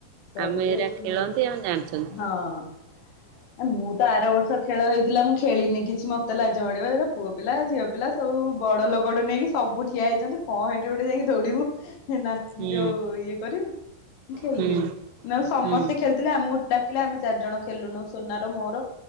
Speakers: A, on the left (about 70°); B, on the right (about 85°).
A: ତାପରେ
B: ଆମେ ଏଇରା
A: ସେ
B: ଖେଳନ୍ତି ଆମେ ଜାଣିଛନ୍ତି।
A: ହଁ ମୁଁ ତ ଆର ବର୍ଷ ଖେଳ ହେଇଥିଲା ମୁଁ ଖେଳିିନି କିଛି ମତେ ଲାଜ ମାଡ଼ିବ ଏରା ପୁଅ ପିଲା ଝିଅ ପିଲା ସବୁ ବଡ଼ ଲୋକଠୁ ନେଇକି ସବୁ ଠିଆ ହେଇଛନ୍ତି କଣ ହେଇଠି ଗୋଟେ ଯାଇକି ଦୌଡ଼ିବୁ। ହେନା
B: ହୁଁ
A: ଯୋଉ ଇଏ କରିବୁ ମୁଁ ଖେଳିଲିନି
B: ହୁଁ
A: ନହେଲେ ସମସ୍ତେ
B: ହୁଁ
A: ଖେଳିଥିଲେ ଆମକୁ ଡାକିଲେ ଆମେ ଚାରି ଜଣ ଖେଲିଲୁନୁ ସୁନାର ମୋର